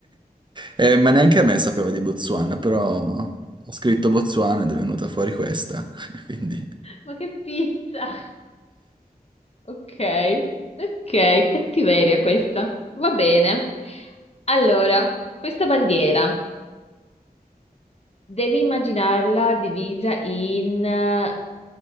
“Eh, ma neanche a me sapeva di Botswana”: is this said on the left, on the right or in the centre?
Right